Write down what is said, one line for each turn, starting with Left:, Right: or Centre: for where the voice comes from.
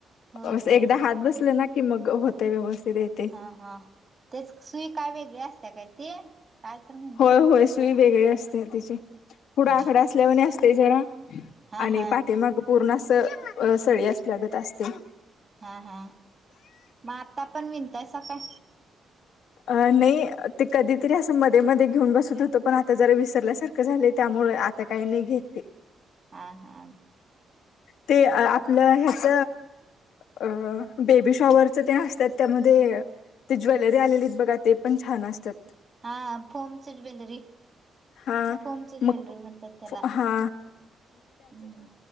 Right: होय
Left: अस
Right: होय
Left: एकदा हात बसले ना की मग होते व्यवस्थित येत
Right: हा हा तेच सुई काय वेगळी असते काय ते काय तर म्हणतात
Left: होय होय सुई वेगळी असते तिची पुढं
Right: हा
Left: आकडा असल्यावर असते जरा
Right: हा
Left: आणि
Right: हा
Left: पाठीेमाग पूर्ण अस सळी असल्या गत असते.
Right: हा हा मग आता पण विनताय स का
Left: अ नाही ते कधीतरी असं मध्ये मध्ये घेऊन बसत होतो पण आता जरा विसरल्यासारखं झाले त्यामुळे आता काही नाही घेत ते.
Right: हा हा
Left: ते आपलं ह्याच अ बेबी शॉवरच ते असतात त्यामध्ये ते ज्वेलरी आलेलीत बघा ते पण छान असतात.
Right: हा फोमच ज्वेलरी.
Left: हा
Right: फोमच्या ज्वेलरी
Left: मग
Right: म्हणताला हम्
Left: हा